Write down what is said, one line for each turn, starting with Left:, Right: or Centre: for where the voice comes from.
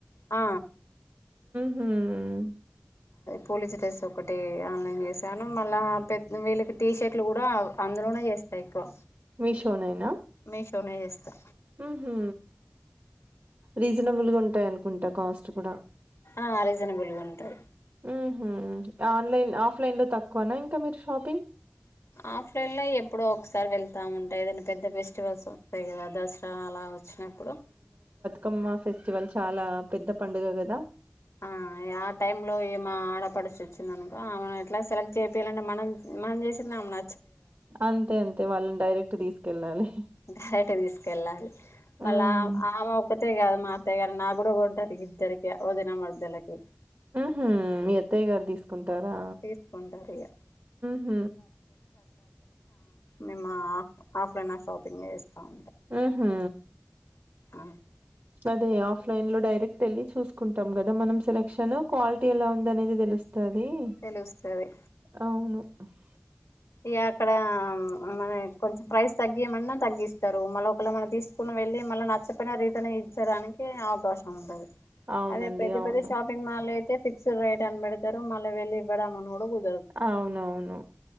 Left: అ
Right: హుమ్.
Left: పోలీస్ డ్రెస్సొకటి ఆన్లైన్ జేశాను మళ్ళా పెద్ద వీళ్ళకి టీ షట్లు గూడా అందులోనే జేస్త ఎక్కువ.
Right: మీషో నేన.
Left: మీషోనే చేస్తా
Right: మ్మ్ హూ రీజనబుల్గుంటాయన్. కుంట కాస్ట్ కుడా.
Left: ఆ రీజనబుల్గుంటాయ్.
Right: ఉహూ ఆన్లైన్ల్ ఆఫ్లైన్లొ తక్కువన ఇ. క మీర్ షాపింగ్.
Left: ఆఫ్లైన్లొ ఎప్పుడో ఒక్సారి వెళ్తాముంటాయ్ ఏదైన పెద్ద ఫెస్టివల్సొస్తాయ్ గద. దస్రా అలా వచ్చినప్పుడు.
Right: కమ్మ ఫెస్టివల్ చాలా పెద్ద పండుగ గద.
Left: అ యా టైమ్ లో ఏమా ఆడపడుచొచ్చిందనుకో ఆమెనెట్లా సెలెక్ట్ జేపియ్లంటె మనం మనం జేసిందామెన.
Right: అంతె అంతె వాళ్ళన్ డైరెక్ట్ దీస్ కెల్లాలె.
Left: డైరెక్ట్ తీసుకెళ్ళాలి మళ్ళా
Right: ఉమ్
Left: ఆమె ఒక్కతే కాదు మాత్తగ్గారు నా గుడు గంటరి గద్దరికి ఓదనా మదలకి
Right: హ ఎత్తయ్య గారు తీసుకుంటారా
Left: తీసుకుంటారు ఇగ
Right: హ
Left: మేఫ ఆఫ్లైన్ షాప్ పేస్తాం
Right: ఆహా
Left: ఆ
Right: అదే ఆఫ్లైన్ లో డైరెక్ట్ తెళ్ళలి చూసుకుంటాం కదా మనం సెలక్షన్ క్వాలిటీ ఎలా ఉంది అనేది తెలుస్తుంది వస్తుది
Left: తెలుస్తది
Right: అవును అస్
Left: ఇ అక్కడ మన కొంచెం ప్రైస్ తగ్గియమన్నా తగ్గిస్తారు మళ్ళ ఒకళ మన తీసుకుని వెళ్ళి మళ్ళీ నచ్చపోయిన రీటన్ ఇచ్చడానికి అవకాశం ఉండది
Right: అవునండి
Left: అదే ఇదే
Right: అవును
Left: పెతే షాపింగ్ మాల్ ఇదతే ఫిక్స్డ్ రేట్ అని పెడతారు మళ్ళీ వెళ్ళి ఇ్వడంమని కూడా గు
Right: అవునవును